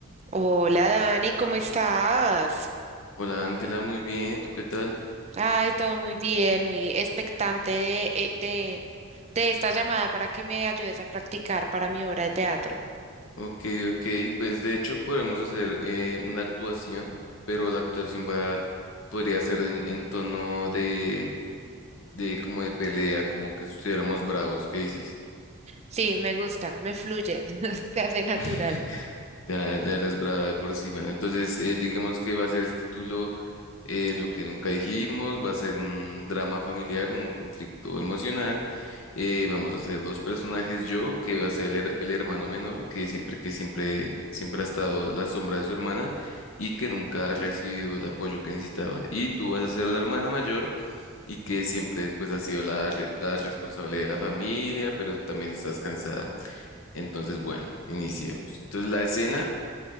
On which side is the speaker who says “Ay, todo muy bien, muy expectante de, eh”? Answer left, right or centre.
Right